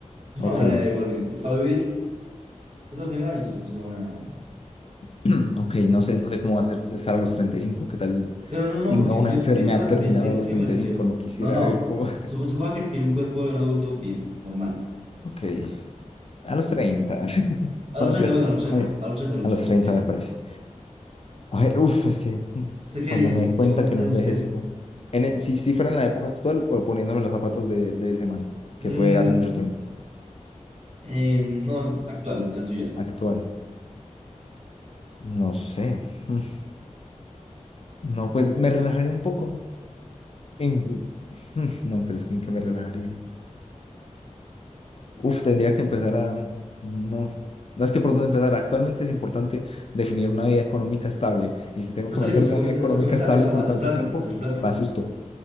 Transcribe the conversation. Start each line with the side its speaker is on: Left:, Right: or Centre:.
Right: Es
Left: Ok,
Right: una buena idea igualmente. Para vivir 14 mil años es una buena edad.
Left: <clears throat> ok, no sé, no sé cómo va a ser estar a los treinta y cinco qué tal
Right: Pero no, no,
Left: tenga
Right: porque
Left: una
Right: pi,
Left: enfermedad
Right: pi- pi- o sea,
Left: terminal
Right: pi- piensa
Left: a los
Right: que
Left: treinta
Right: me refiero.
Left: y cinco no quisiera
Right: No, no.
Left: ver cómo. <laughs>
Right: Supo- Suponga que tiene un cuerpo de un adulto bien, normal.
Left: Ok, a los 30 <laughs>
Right: A
Left: No
Right: los
Left: mentiras.
Right: treinta bueno, a los treinta
Left: A ver,
Right: A los treinta a los
Left: a
Right: 30
Left: los 30
Right: está bien.
Left: me parece. A ver, uf, es que <laughs>
Right: ¿Usted qué
Left: cuando
Right: haría?
Left: me dé cuenta
Right: ¿Qué comienza
Left: que
Right: a
Left: no
Right: hacer
Left: envejezco.
Right: usted?
Left: En, e- si, si fuera en la época actual o poniéndome los zapatos de, de ese man, que
Right: Mm,
Left: fue hace mucho tiempo.
Right: en- no, actual, en la suya.
Left: Actual. No sé. <laughs> No, pues me relajaría un poco. En, <laughs> no, pero es que en qué me relajaría. Uf, tendría que empezar a... No. No es que por dónde empezar. Actualmente es importante definir una vida económica estable. Y si tengo
Right: Por
Left: que
Right: eso
Left: mantener
Right: le digo, usted
Left: una
Right: comienza,
Left: vida económica
Right: usted comienza
Left: estable
Right: eso,
Left: por
Right: a hacer
Left: tanto
Right: plata,
Left: tiempo,
Right: a hacer plata.
Left: me asusto.